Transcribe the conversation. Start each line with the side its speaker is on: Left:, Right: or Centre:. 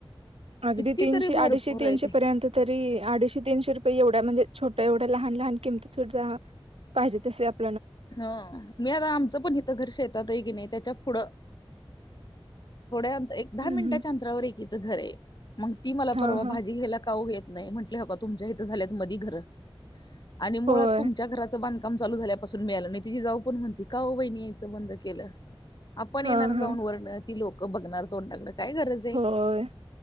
Right: अगदी
Left: कितीतरी
Right: तीनशे
Left: भरपूर
Right: अडीशे तीनशे
Left: आहे ते
Right: पर्यंत तरी अडीशे तीनशे रुपये एवढ्या म्हणजे छोट्या एवढ्या लहान लहान किमती सध्या पाहिजे तसे अँप
Left: ह मी आता आमचं पण घर शेतात आहे की नाही त्याच्या पुढं थोड्या अंत एक दहा
Right: हम्म
Left: मिनिटाच्या अंतरावर एक तीच घर आहे मग ती मला
Right: हा
Left: परवा
Right: हा
Left: भाजी घ्यायला का ओ येत नाही म्हटलं अबा तुमच्या इथ मध्ये झाल्यात घर आणि
Right: होय
Left: मुळात तुमच्या घराच बांधकाम चालू झाल्या मिळालं ति जाऊ पण म्हणती का हो वाहिनी याचं बंद केलं आपण
Right: हा
Left: येणार
Right: हा
Left: गाऊन वरण ति लोकं बघणार तोंडकडे काय गरज आहे
Right: होय